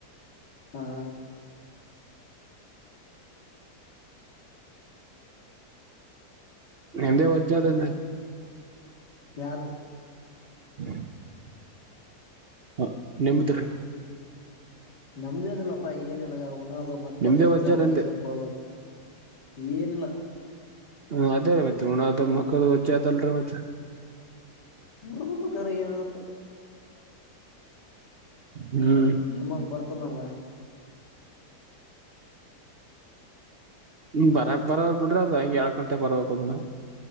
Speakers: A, on the left; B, on the right.
A: ಹಾ
B: ಎಂದೇ ಒಜ್ಜ ಅದಂತ
A: ಯಾರ್ದ
B: <inaudible> ಹಾ ನಿಮದ್ರೀ
A: ನಮ್ದೇಏನಲ್ಲಪ್ಪಾ ಏನಲ್ಲ ನ್ನದು ಮಕ್ಕದು
B: ನಿಮ್ದೇ
A: ಎಕ್ಸಾಮ್
B: ವಜ್ಜಾದಂದೆ
A: ಎಕ್ಸಾಮ್ ಹೋಗೋದು ಏನಿಲ್ಲ
B: ಹ್ಮ ಅದೇ ರ ಮತ್ತೆ ಹಡದ ಮಕ್ಕಳ ವಜ್ಜ ಅದಲ್ರಿ ಮತ್ತೆ
A: ಮರ್ಬನ್ನ ಕರಿಯಾನ ಅದಪ
B: ಹ್ಮ್
A: ನಮ್ಮಂಗ ಬರ್ತದ ನಮ್ಗ
B: ಹ್ಮ ಬರಕ್ ಬರ ಬಿಡ್ರಿ ಅದ ಹಗೆ ಎಏಳಕ್ ಗಂಟೆ ಬರದ ನಾವ